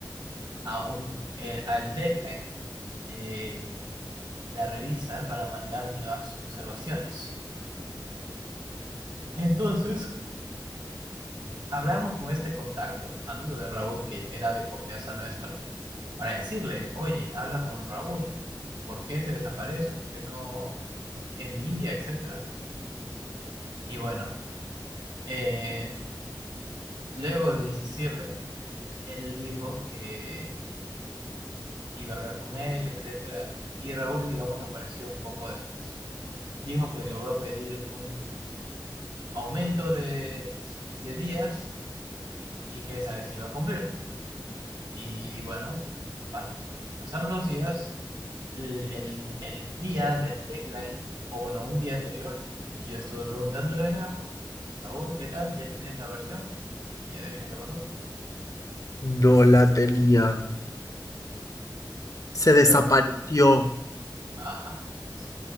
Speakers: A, on the right (about 75°); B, on the left (about 45°).
A: a un, eh, al deadline de la revista para mandar nuevas observaciones. Entonces, hablamos con este contacto, amigo de Raúl, que era de confianza nuestra, para decirle, oye, habla con Raúl, ¿por qué se desaparece? ¿Por qué no envía, etcétera? Y bueno, eh, luego de insistirle, él dijo que iba a hablar con él, etcétera, y Raúl, digamos, apareció un poco después. dijo que logró pedir un aumento de, de días y que esa vez iba a cumplir. Y bueno, pa- pasaron los días, el, el- el día del deadline, o bueno, un día anterior, yo estuve preguntándole de nuevo, Raúl, ¿qué tal? ¿Ya tienes la versión? Y adivina qué pasó.
B: No la tenía. Se desapareció.
A: Peor. Ajá, eso.